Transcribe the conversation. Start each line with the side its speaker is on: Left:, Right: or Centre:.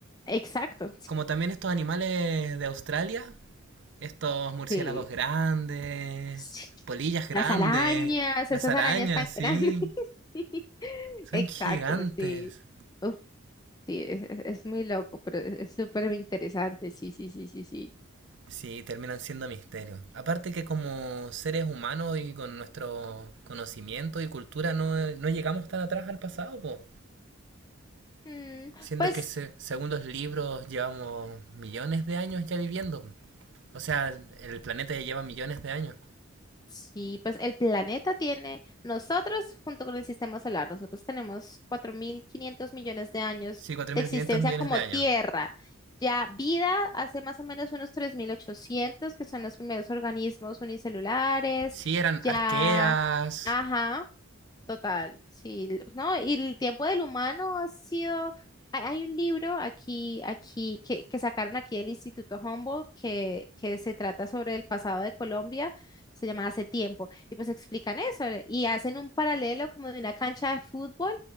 Left: exacto,
Right: Como también estos animales de Australia, estos murciélagos
Left: sí.
Right: grandes,
Left: Sí.
Right: polillas grandes,
Left: Las arañas,
Right: las
Left: esas
Right: arañas,
Left: arañas tan
Right: sí,
Left: grandes. <laughs>
Right: son
Left: Exacto,
Right: gigantes.
Left: sí. Uf, sí, es, es- es muy loco, pero es es súper interesante. Sí, sí, sí, sí, sí.
Right: Sí, terminan siendo misterios. Aparte que como seres humanos y con nuestro conocimiento y cultura no, no llegamos tan atrás al pasado, po.
Left: Mm,
Right: siendo
Left: pues.
Right: que se- según los libros llevamos millones de años ya viviendo. O sea, el, el planeta ya lleva millones de años.
Left: Sí, pues el planeta tiene, nosotros junto con el sistema solar, nosotros tenemos 4.500 millones de años
Right: Sí, cuatro mil
Left: de existencia
Right: quinientos millones
Left: como
Right: de años.
Left: Tierra. Ya vida hace más o menos unos 3.800 que son los primeros organismos unicelulares.
Right: Sí, eran
Left: Ya,
Right: arqueas.
Left: ajá, Total, sí, l- no, y el tiempo del humano ha sido, hay, hay un libro aquí, aquí, que, que sacaron aquí del Instituto Humboldt, que, que se trata sobre el pasado de Colombia, se llama Hace tiempo, y pues explican eso, y hacen un paralelo como de una cancha de fútbol,